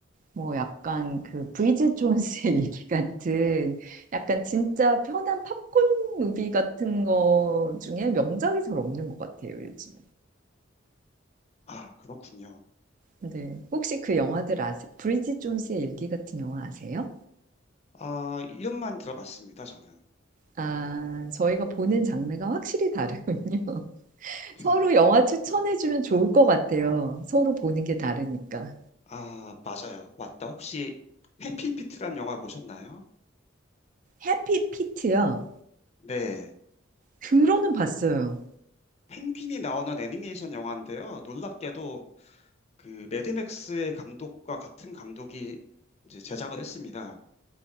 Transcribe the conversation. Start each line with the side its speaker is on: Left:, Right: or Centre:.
Right: 뭐 약간 그 브리짓 존스의 <laughs> 일기 같은 약간 진짜 편한 팝콘 무비 같은 거 중에 명작이 잘 없는 것 같아요, 요즘.
Left: 아, 그렇군요.
Right: 네. 혹시 그 영화들 아세요? 브리짓 존스의 일기 같은 영화 아세요?
Left: 아, 이름만 들어봤습니다, 저는.
Right: 아, 저희가 보는 장르가 확실히 다르군요. <laughs>
Left: 네,
Right: 서로 영화 추천해주면
Left: 맞아요.
Right: 좋을 것 같아요. 서로 보는 게 다르니까.
Left: 아, 맞아요. 맞다. 혹시 해피피트란 영화 보셨나요?
Right: 해피 피트요.
Left: 네.
Right: 들어는 봤어요.
Left: 펭귄이 나오는 애니메이션 영화인데요. 놀랍게도 그 매드맥스의 감독과 같은 감독이 이제 제작을 했습니다.